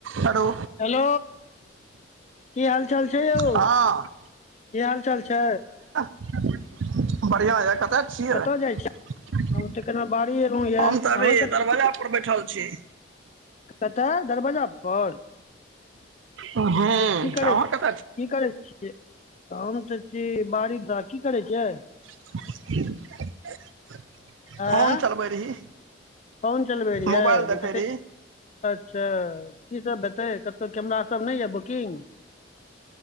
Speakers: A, on the right (about 80°); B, on the left (about 35°).
A: <inaudible> हलो
B: hello की हाल चाल छै यौ
A: हँ
B: की हाल चाल छै
A: बढ़िया ह कतेक कि
B: कतऽ जाइ छी हम तऽ केना बाड़ी एलहुँ ये
A: हम
B: अहाँ
A: तऽ अभी
B: कत-
A: दरवाजा पर बैठल छी
B: कत दरवाजा पर
A: हँ
B: की करै
A: आर त
B: की करै छियै हम तऽ छी बारिकात की करै छियै
A: <unintelligible>
B: आँय
A: चलबै रही
B: फोन चलबै रहियै
A: मोबाइल देखै
B: जतेक
A: रही
B: अच्छा की सब हेतै कतहु कैमरा सब नहि यऽ बुकिंग